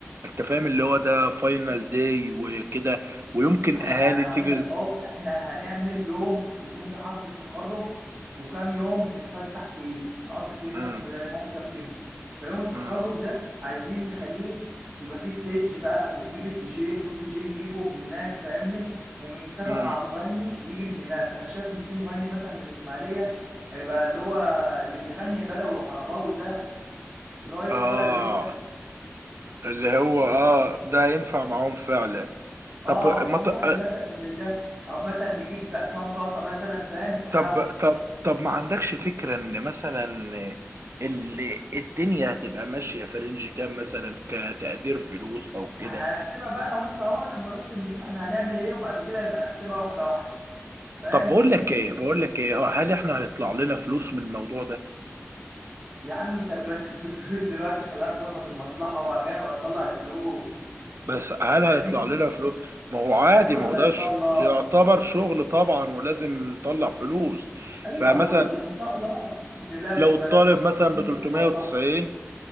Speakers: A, on the right; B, on the right.
A: انت فاهم اللي هو ده فاينل داي وكده ويمكن
B: ما احنا
A: اهالي
B: انا
A: تيجي
B: هقول لك اهو احنا هنعمل يوم يكون في حفله تخرج وكام يوم نتفسح فيه نقضي فيه هناك
A: مم.
B: زي مصيف كده فيوم التخرج
A: مم.
B: ده عايزين نخليه يبقى فيه ستيج بقى ونجيب الدي جي نشوف دي جي نجيبه من هناك فاهمني ونتفق
A: مم.
B: مع مغني يجي من هناك فانا شايف ان في مغني مثلا من الاسماعيليه هيبقى اللي هو اللي بيغني بدوي وعرباوي ده اللي هو لسه
A: اه
B: طالع جديد
A: اللي هو
B: مش فاكر
A: اه ده ينفع معاهم فعلا
B: اه
A: طب
B: هنجيب
A: ما ت...
B: واحد
A: آه،
B: مثلا زي ده او مثلا نجيب عصام صاصه مثلا فاهم في الحفل
A: طب طب طب ما عندكش فكرة ان مثلا اللي الدنيا هتبقى ماشية في رينج كام مثلا كتقدير فلوس او كده
B: فاحنا هنحسبها بقى انا وانت اهو لما بس نشوف احنا هنعمل ايه وبعد كده نبقى نحسبها واحده واحده فاهم
A: طب بقول لك ايه بقول لك ايه هل احنا هيطلع لنا فلوس من الموضوع ده
B: يا عم انت مركز في الفلوس دلوقتي خلينا نظبط المصلحه وبعد كده نبقى نطلع الفلوس
A: بس هل
B: فاهمني
A: هيطلع لنا فلوس ما هو عادي
B: هترزق
A: ما هو ده
B: ان
A: ش...
B: شاء الله
A: يعتبر شغل طبعا ولازم نطلع فلوس
B: ايوه
A: فمثلا
B: هترزق ان شاء الله ما تقلقش
A: لو
B: بس
A: الطالب
B: عايزين
A: مثلا ب
B: نظبط
A: 390
B: لها